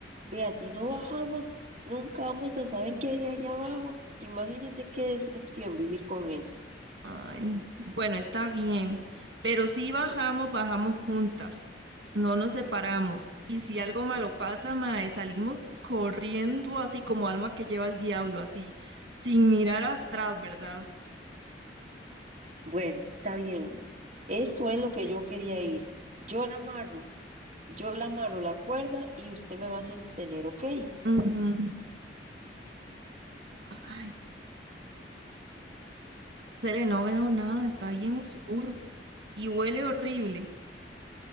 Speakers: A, on the right; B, on the right.
A: Vea, si no bajamos, nunca vamos a saber qué hay allá abajo. Imagínese qué decepción vivir con eso.
B: Ay, bueno, está bien, pero si bajamos, bajamos juntas, no nos separamos. Y si algo malo pasa, mae, salimos
A: Ujú.
B: corriendo así como alma que lleva el diablo, así, sin mirar atrás, ¿verdad?
A: Bueno, está bien. Eso es lo que yo quería ir. Yo la amarro, yo la amarro la cuerda y usted me va a sostener, ¿ok?
B: Ujú. Ay, Cele, no veo nada, está bien oscuro y huele horrible.